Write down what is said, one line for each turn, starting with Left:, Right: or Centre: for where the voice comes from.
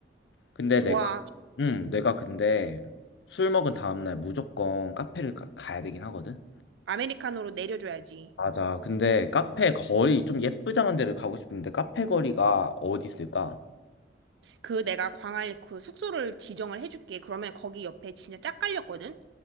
Left: 근데
Right: 좋아.
Left: 내가, 응, 내가 근데 술 먹은 다음날 무조건 카페를 가, 가야 되긴 하거든?
Right: 아메리카노로 내려줘야지.
Left: 맞아. 근데 카페 거리, 좀 예쁘장한 데를 가고 싶은데 카페 거리가 어디 있을까?
Right: 그 내가 광안리 그 숙소를 지정을 해줄게. 그러면 거기 옆에 진짜 짝 깔렸거든?